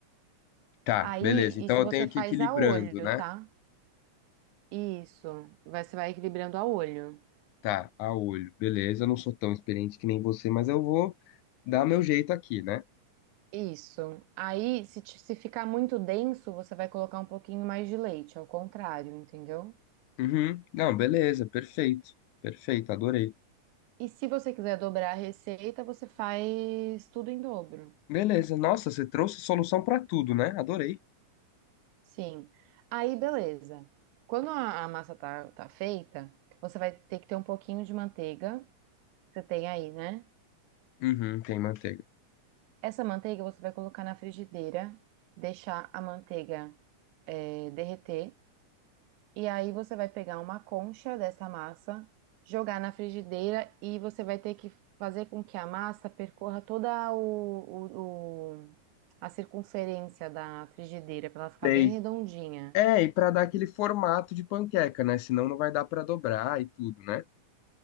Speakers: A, on the left; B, on the right.
A: tá,
B: Aí,
A: beleza. Então
B: isso
A: eu
B: você
A: tenho
B: faz
A: que ir equilibrando,
B: a olho,
A: né?
B: tá? Isso. Vai- Você vai equilibrando a olho.
A: Tá, a olho. Beleza, eu não sou tão experiente que nem você, mas eu vou Dá meu jeito aqui, né?
B: Isso. Aí, se, ti- se ficar muito denso, você vai colocar um pouquinho mais de leite, ao contrário, entendeu?
A: Uhum. Não, beleza, perfeito. Perfeito, adorei.
B: E se você quiser dobrar a receita, você faz tudo em dobro.
A: Beleza, nossa, você trouxe solução pra tudo, né? Adorei.
B: Sim. Aí, beleza. Quando a, a massa tá, tá feita, você vai ter que ter um pouquinho de manteiga. Você tem aí, né?
A: Uhum, tem manteiga.
B: Essa manteiga você vai colocar na frigideira, deixar a manteiga eh, derreter. E aí você vai pegar uma concha dessa massa, jogar na frigideira e você vai ter que fazer com que a massa percorra toda o, o- o- a circunferência da frigideira para ela ficar
A: Tem.
B: bem redondinha.
A: É, e pra dar aquele formato de panqueca, né? Senão não vai dar pra dobrar e tudo, né?